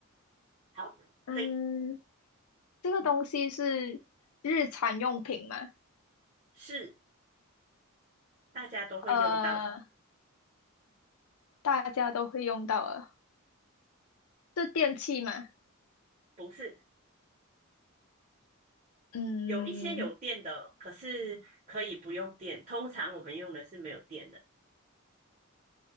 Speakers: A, on the right; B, on the left.
A: 好，
B: <laughs> 嗯，
A: 可以，
B: 这个东西是日常用品嘛，
A: 是大家都会用到的，
B: 呃，大家都会用到的，是电器嘛，
A: 不是
B: 嗯，
A: 有一些有电的，可是可以不用电。通常我们用的是没有电的，